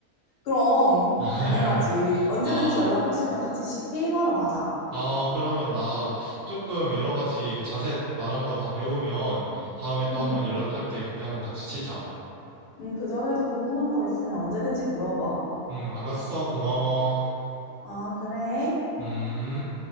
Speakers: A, on the left; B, on the right.
A: 그럼
B: <laughs>
A: 당연하지. 언제든지
B: 아,
A: 연락해주면 같이 시- 게임하러 가자.
B: 아, 그러면 나 조금 여러 가지 그 자세 말한 거 다 배우면 다음에 또
A: 응.
B: 한 번 연락할게. 그때 한 번 같이 치자.
A: 응, 그 전에도 궁금한 거 있으면 언제든지 물어봐.
B: 응, 알았어. 고마워.
A: 아, 그래.
B: 음.